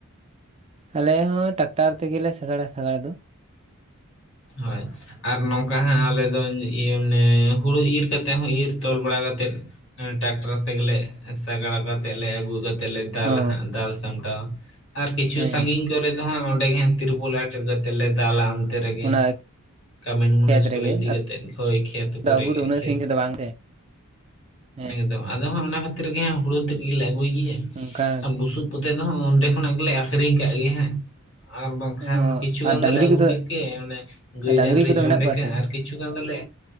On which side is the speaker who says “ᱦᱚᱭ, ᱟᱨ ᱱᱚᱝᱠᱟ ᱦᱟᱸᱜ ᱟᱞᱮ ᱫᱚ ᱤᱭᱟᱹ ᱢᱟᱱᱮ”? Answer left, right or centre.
Left